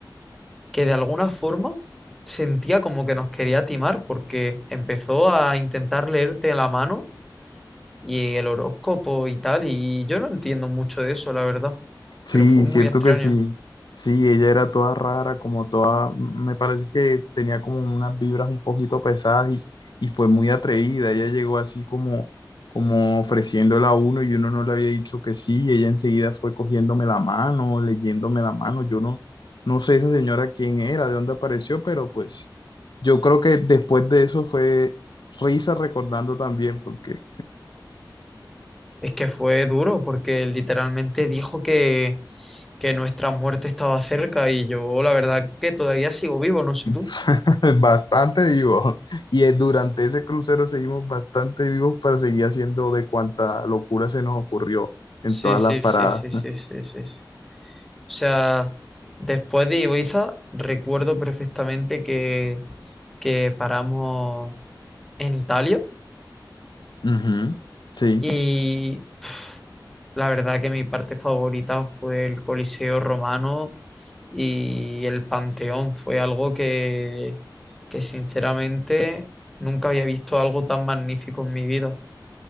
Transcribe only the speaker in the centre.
que de alguna forma sentía como que nos quería timar porque empezó a intentar leerte la mano y el horóscopo y tal, y yo no entiendo mucho de eso, la verdad,
pero fue muy
extraño.
Es que fue duro porque literalmente dijo que, que nuestra muerte estaba cerca y yo la verdad que todavía sigo vivo, no sé tú.
Sí,
sí,
sí, sí, sí, sí, sí. sí. O sea, después de Ibiza, recuerdo perfectamente que, que paramos en Italia
y pf, la verdad que mi parte favorita fue el Coliseo Romano y el Panteón. Fue algo que, que sinceramente nunca había visto algo tan magnífico en mi vida.